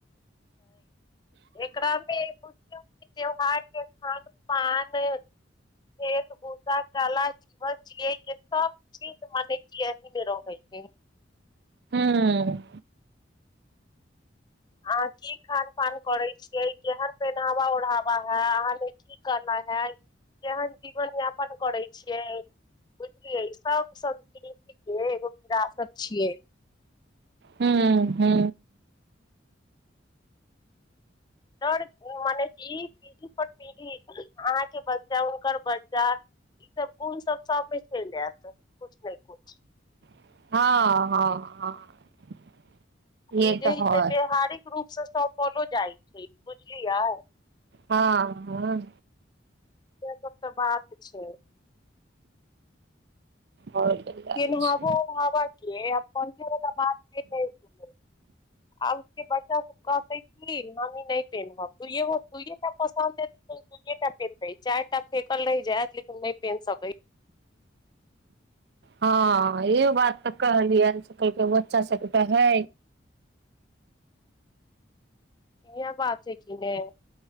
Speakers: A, on the left; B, on the right.
A: एकरा मे बुझल त्यौहार खान पान खेल भूषा कला जीवन जियै के सब चीज मने क अह मे रहै ह
B: हँ
A: आ की खान पान करै छियै केहन पहिनावा ओढ़ावा है अहाँ मे की केना है केहन जीवन यापन करै छियै बुझलियै सभ सम्त एगो विरासत छियै
B: हू हू
A: र मने ई पीढ़ी पर पीढ़ी अहाँके ब चा हुनकर बच्चा ईसभ गुण सब सबमे चलि आयत किछ ने किछ
B: हँ हँ हँ ये
A: ई जे
B: तऽ
A: है
B: हय
A: से व्याववहारिक रूप से सौपलो जाइ स बुझल या
B: हँ हँ
A: सेसभ तऽ बात छै
B: होल जाइ
A: बात
B: छै
A: गेल <unintelligible> आबके बच्चा सब कहतै कि मम्मी नहि पेन्हब त दुूइयए टा पसन्द हेतै त दुूइएटा पेन्हतै चारि टा फेकल रहि जायत लेकिन नहि पेन्ह सकै
B: हँ इ बात तऽ कहलियै आकलके बच्चा सभके तऽ है
A: इह बात छै की नहि